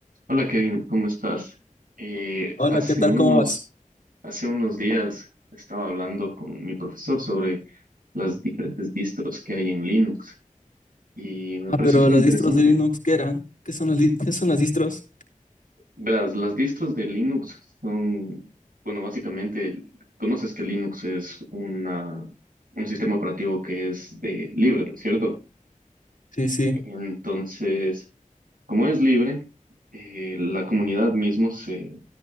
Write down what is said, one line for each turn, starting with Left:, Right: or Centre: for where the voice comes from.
Right: Hola Kevin, ¿cómo estás? Eh,
Left: Hola,
Right: hace
Left: ¿qué tal?
Right: unos,
Left: ¿Cómo vas?
Right: hace unos días estaba hablando con mi profesor sobre las diferentes distros que hay en Linux y me
Left: Ah,
Right: parece
Left: pero
Right: muy
Left: las
Right: interesante.
Left: distros de Linux, ¿qué eran? ¿Qué son las, di- qué son las distros?
Right: Verás, las distros de Linux son, bueno, básicamente, conoces que Linux es una, un sistema operativo que es de libre, ¿no es cierto?
Left: Sí, sí.
Right: Entonces... Como es libre, eh, la comunidad mismo se,